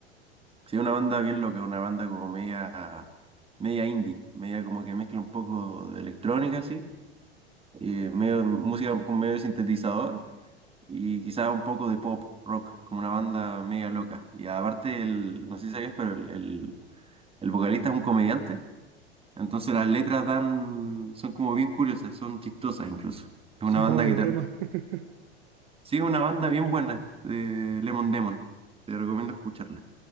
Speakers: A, on the right; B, on the right.
A: Sí, una banda bien loca, una banda como media, media indie, media como que mezcla un poco de electrónica, así, y medio música con medio de sintetizador. y quizá un poco de pop rock, como una banda mega loca. Y aparte, el, no sé si sabías, pero el, el, el vocalista es un comediante, entonces las letras dan, son como bien curiosas, son chistosas incluso. Es
B: Son
A: una banda
B: como de
A: que
B: broma.
A: te...
B: <laughs>
A: Sí, es una banda bien buena de Lemon Demon, te recomiendo escucharla.